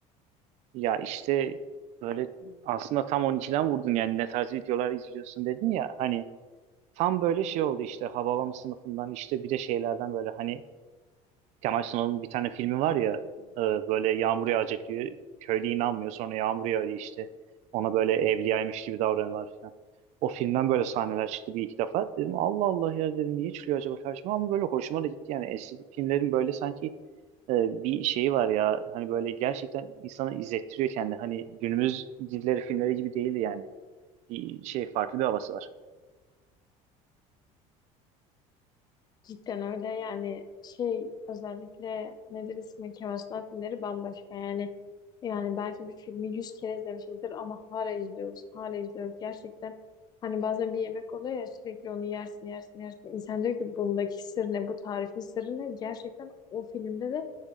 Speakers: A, on the right; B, on the left.
A: Ya işte böyle aslında tam 12'den vurdun yani ne tarz videolar izliyorsun dedin ya. Hani tam böyle şey oldu işte Hababam sınıfından işte bir de şeylerden böyle hani Kemal Sunal'ın bir tane filmi var ya e, böyle yağmur yağacak diyor. Köylü inanmıyor sonra yağmur yağıyor işte. Ona böyle evliyaymış gibi davranıyorlar falan. O filmden böyle sahneler çıktı bir iki defa. Dedim Allah Allah ya dedim niye çıkıyor acaba karşıma ama böyle hoşuma da gitti. Yani eski filmlerin böyle sanki e, bir şeyi var ya hani böyle gerçekten insanı izlettiriyor kendi. Hani günümüz dizileri filmleri gibi değildi yani. Bir şey farklı bir havası var.
B: Cidden öyle yani şey özellikle nedir ismi Kemal Sunal filmleri bambaşka yani. Yani belki bir filmi yüz kere izlemişizdir ama hala izliyoruz. Hala izliyoruz gerçekten. Hani bazen bir yemek oluyor ya sürekli onu yersin yersin yersin. İnsan diyor ki bundaki sır ne bu tarifin sırrı ne? Gerçekten o filmde de